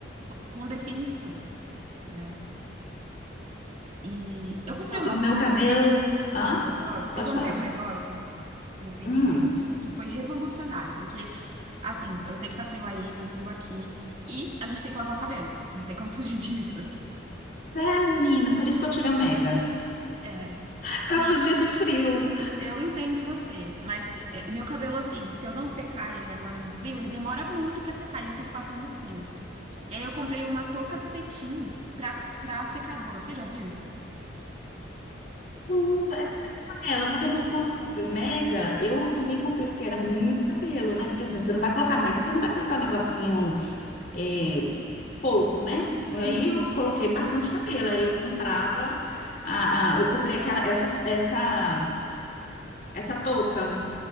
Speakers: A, on the right; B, on the left.
A: p- com definição, né? E eu
B: E
A: comprei
B: o meu,
A: uma-
B: e o meu
A: um
B: cabelo. Hã?
A: negócio,
B: Pode
A: eu comprei
B: falar disso.
A: um negócio recentemente
B: Hum.
A: que foi revolucionário, porque assim, eu sei que tá frio aí, tá frio aqui, e a gente tem que lavar o cabelo, não tem como <laughs> fugir disso.
B: É, menina, por isso que eu tirei o Mega.
A: É,
B: É Pra
A: que
B: fugir do frio.
A: eu entendo você, mas é, meu cabelo assim, se eu não secar ele agora no frio, ele demora muito pra secar e eu fico passando frio. E aí eu comprei uma touca de cetim pra, pra secador. Você já viu?
B: Mas É com ela, porque no- quando eu comprei o Mega, eu também comprei porque era muito cabelo, né? Porque assim, você não vai colocar Mega, você não vai colocar um negocinho eh, pouco, né? Aí
A: Uhum.
B: eu coloquei bastante cabelo. Aí eu comprava, a, a- eu comprei aquela, essa, essa, essa touca